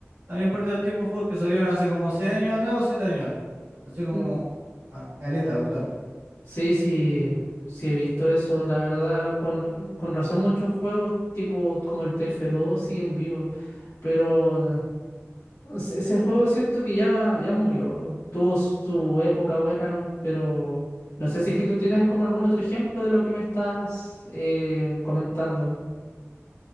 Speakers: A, on the right; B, on the left.
A: la mayor parte del tiempo juegos que salieron hace como 6 años atrás o 7 años atrás. Así como
B: Mm,
A: ah, caleta, brutal.
B: Sí, sí, sí he visto eso. La verdad, con, con razón muchos juegos tipo como el tf dos siguen vivos. Pero... Es- Ese juego siento que ya, ya murió. Tuvo su época buena, pero no sé si es que tú tienes como algún otro ejemplo de lo que me estás eh, comentando.